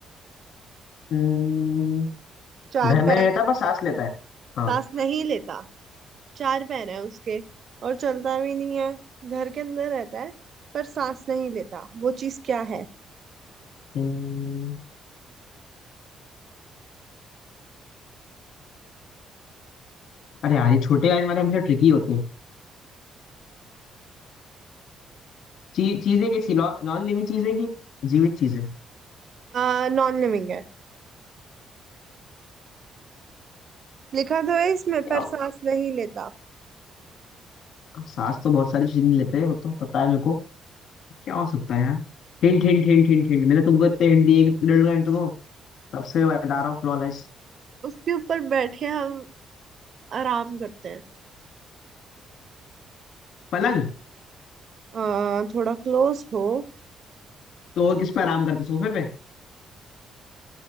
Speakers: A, on the left; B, on the right.
A: हम्म।
B: चार
A: घर में
B: पैर
A: नहीं रहता
B: है
A: पर सांस लेता है हाँ
B: सांस नहीं लेता चार पैर है उसके और चलता भी नहीं है घर के अंदर रहता है पर सांस नहीं लेता वो चीज क्या है
A: हम्म अरे यार ये छोटे आयन वाले हमेशा ट्रिकी होते हैं ची, चीजें कैसी नॉन लिविंग चीजें की जीवित चीजें
B: आ, नॉन लिविंग है लिखा तो है इसमें
A: क्या
B: पर सांस नहीं लेता
A: सांस तो बहुत सारी चीजें लेते हैं वो तो पता है मेरे को क्या हो सकता है यार Hint hint hint hint hint मैंने तुमको इतने हिंट दिए कि तुम हिंट दो सबसे बता ऑफ फ्लॉलेस
B: उसके ऊपर बैठ के हम आराम करते हैं
A: पलंग
B: आ, थोड़ा क्लोज हो
A: तो वो किस पे आराम करते सोफे पे